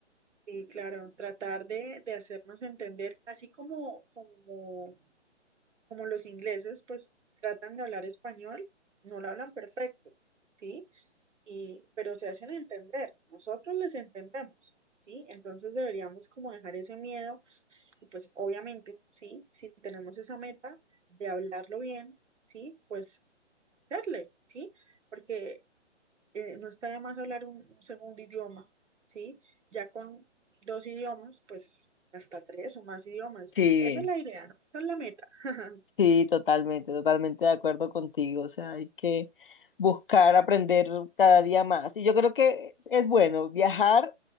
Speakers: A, on the right (about 80°); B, on the left (about 50°).
A: sí, claro, tratar de, de hacernos entender, así como, como, como los ingleses, pues tratan de hablar español, no lo hablan perfecto, ¿sí? y, pero se hacen entender, nosotros les entendemos, ¿sí? Entonces deberíamos como dejar ese miedo y pues obviamente, ¿sí? Si tenemos esa meta de hablarlo bien, ¿sí? Pues darle, ¿sí? Porque eh, no está de más hablar un, un, segundo idioma, ¿sí? Ya con dos idiomas, pues hasta tres o más idiomas.
B: Sí,
A: Esa es la idea, ¿no? Esa es la meta. <laughs>
B: sí, totalmente, totalmente de acuerdo contigo, o sea, hay que buscar aprender cada día más. Y yo creo que es bueno, viajar